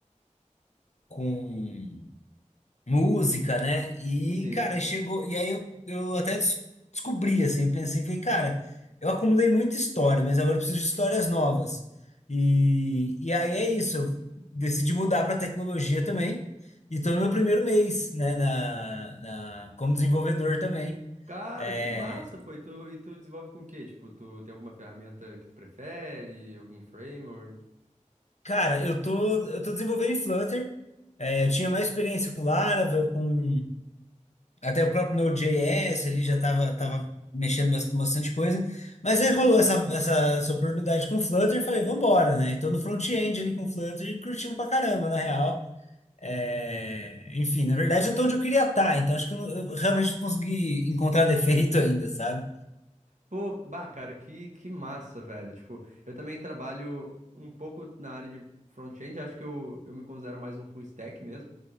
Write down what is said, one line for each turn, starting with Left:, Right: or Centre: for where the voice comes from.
Left: com música, né? E,
Right: Sim.
Left: cara, chegou. E aí eu, eu até des- descobri, assim, eu pensei, falei, cara, eu acumulei muita história, mas agora eu preciso de histórias novas. E, e aí é isso, eu decidi mudar para tecnologia também. E tô no meu primeiro mês, né, na, na, como desenvolvedor também.
Right: Cara,
Left: É,
Right: que massa, pô. E tu, e tu desenvolve com o quê? Tipo, tu tem alguma ferramenta que tu prefere? Algum framework?
Left: cara, eu tô, eu tô desenvolvendo em Flutter. É, eu tinha mais experiência com Laravel, com Até o próprio Node.js ali já estava tava tava mexendo bas- bastante coisa. Mas
Right: Uhum.
Left: aí rolou essa, essa, essa oportunidade com o Flutter e falei, vambora, né? E tô no front-end ali com o Flutter e curtindo pra caramba, na real. É, Enfim, na verdade eu tô onde eu queria estar, então acho que eu, não- eu realmente não consegui encontrar defeito ainda, sabe?
Right: Pô, bah, cara, que, que massa, velho. Tipo, eu também trabalho um pouco na área de front-end. Acho que eu, eu me considero mais um full stack mesmo.